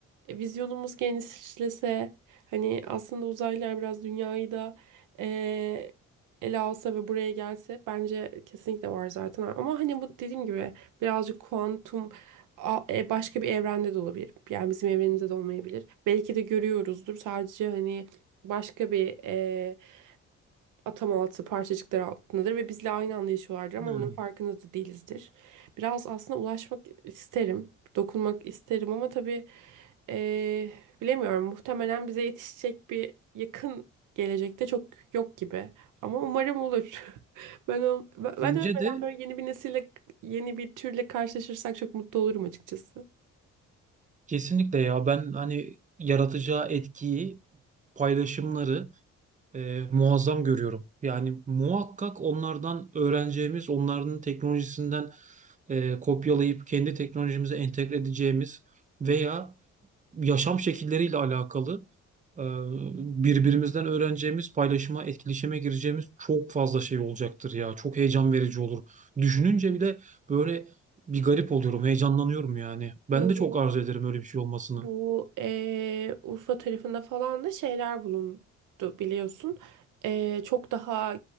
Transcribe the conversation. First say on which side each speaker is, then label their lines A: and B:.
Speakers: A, on the right (about 85°); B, on the right (about 25°).
A: e, vizyonumuz genişlese hani aslında uzaylılar biraz dünyayı da e, ele alsa ve buraya gelse bence kesinlikle var zaten. Ama hani bu dediğim gibi birazcık kuantum a- e, başka bir evrende de olabilir. Yani bizim evrenimizde de olmayabilir. Belki de görüyoruzdur. Sadece hani başka bir e, atam altı parçacıklar altındadır ve bizle aynı anda yaşıyorlardır ama
B: Hmm.
A: bunun farkında da değilizdir. Biraz aslında ulaşmak isterim, dokunmak isterim ama tabii eee, bilemiyorum. Muhtemelen bize yetişecek bir yakın gelecekte çok yok gibi. Ama umarım olur. <laughs> Ben o- ben ben
B: Bence
A: ölmeden
B: de
A: böyle yeni bir nesille, yeni bir türle karşılaşırsak çok mutlu olurum açıkçası.
B: kesinlikle ya ben hani yaratacağı etkiyi, paylaşımları e, muazzam görüyorum. Yani muhakkak onlardan öğreneceğimiz, onların teknolojisinden e, kopyalayıp kendi teknolojimize entegre edeceğimiz veya yaşam şekilleriyle alakalı e, birbirimizden öğreneceğimiz, paylaşıma, etkileşime gireceğimiz çok fazla şey olacaktır ya. Çok heyecan verici olur. Düşününce bile böyle bir garip oluyorum, heyecanlanıyorum yani. Ben
A: Bu
B: de çok arzu ederim öyle bir şey olmasını.
A: Bu eee, Urfa tarafında falan da şeyler bulundu biliyorsun. Eee, çok daha